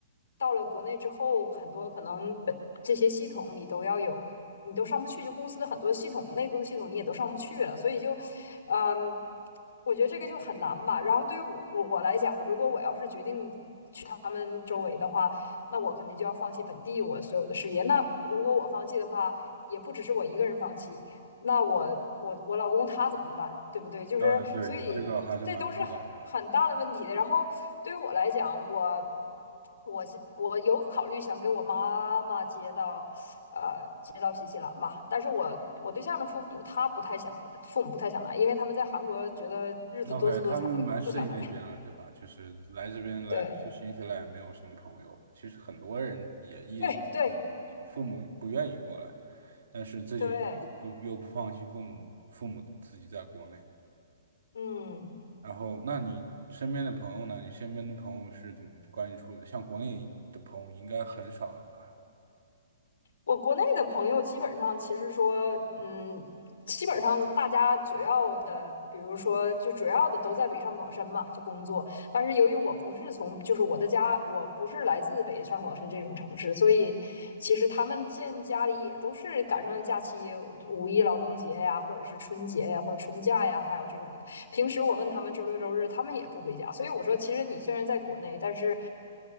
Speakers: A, on the left (about 80°); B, on the right (about 70°).
A: 到了国内之后，很多可能本这些系统你都要有，你都上不去，就公司的很多系统内部的系统你也都上不去了，所以就，嗯，我觉得这个就很难吧。然后对于我我来讲，如果我要是决定。去他们周围的话，那我肯定就要放弃本地我所有的事业。那如果我放弃的话，也不只是我一个人放弃，那我我我老公他怎么办，对不对？就是所以这都是很很大的问题的。
B: 呃，对，你这个还是蛮复杂的。
A: 然后对于我来讲，我我是我有考虑想给我妈妈接到，呃，接到新西兰吧。但是我我对象的父母他不太想了父母不太想来，因为他们在韩国觉得日子多姿多彩的，
B: OK，他们蛮适应那边了，
A: 不想来。<laughs>
B: 对吧？就是来这边来去新西兰也没有什么朋友。
A: 对
B: 其实很多人也意识到这个问题，
A: 对对
B: 父母不愿意过来，但是自己不又不放心父母，
A: 对，
B: 父母自己在国内。
A: 嗯。
B: 然后，那你身边的朋友呢？你身边的朋友是怎么关系处的？像国内的朋友应该很少了吧
A: 我国内的朋友基本上其实说，嗯，基本上大家主要的，比如说就主要的都在北上广深嘛，就工作。但是由于我不是从，就是我的家，我不是来自北上广深这种城市，所以其实他们见家里也都是赶上假期，五一劳动节呀，或者是春节呀，或者春假呀，还有这种的。平时我问他们周六周日，他们也不回家。所以我说，其实你虽然在国内，但是